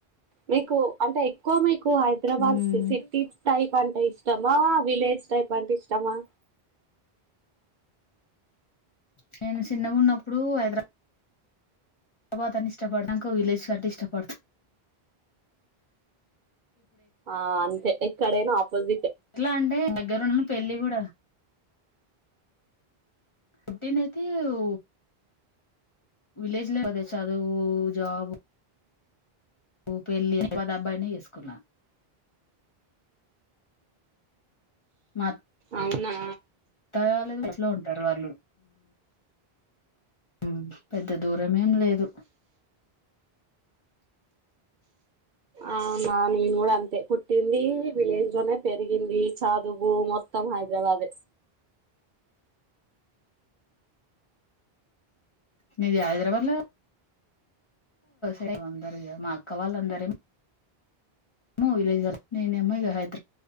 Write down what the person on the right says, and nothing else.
మీకు అంటే ఎక్కువ మీకు హైదరాబాద్
సిటీ టైప్ అంటే ఇష్టమా? విలేజ్ టైప్ అంట ఇష్టమా?
ఆ అంతే ఎక్కడైనా ఆపోజిట్
అవునా
ఆనా నేను కూడా అంతే పుట్టింది విలేజ్ లోనే పెరిగింది చదు మొత్తం హైదరాబాద్